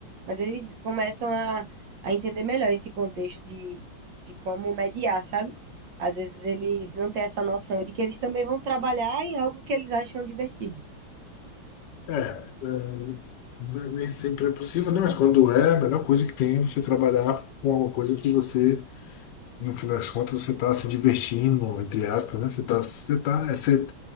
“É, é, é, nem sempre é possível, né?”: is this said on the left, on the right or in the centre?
Left